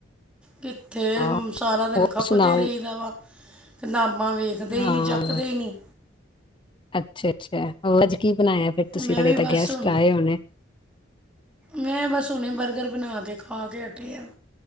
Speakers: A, in the centre; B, on the left.
A: ਕਿਥੇ
B: ਹਾਂ
A: ਸਾਰਾ ਦਿਨ
B: ਹੋਰ
A: ਖਪਦੇ
B: ਸੁਣਾਓ
A: ਰਹੀਦਾ ਵਾ ਕਿਤਾਬਾਂ ਵੇਖ ਕੇ ਵੇਖਦੇ
B: ਹਾਂ
A: ਹੀ ਨਹੀਂ ਚੱਕਦੇ ਹੀ ਨਹੀਂ।
B: ਅੱਛਾ ਅੱਛਾ ਅਜ ਕੀ ਬਣਾਇਆ ਫਿਰ ਤੁਸੀਂ
A: ਮੈਂ
B: ਬੜੇ
A: ਵੀ
B: ਤਾਂ
A: ਬਸ
B: ਗੈਸਟ
A: ਹੁਣ
B: ਆਏ ਹੋਣੇ।
A: ਮੈਂ ਬਸ ਹੁਨੇ ਬਰਗਰ ਬਣਾ ਕੇ ਖਾ ਕੇ ਹਟੇ ਆ।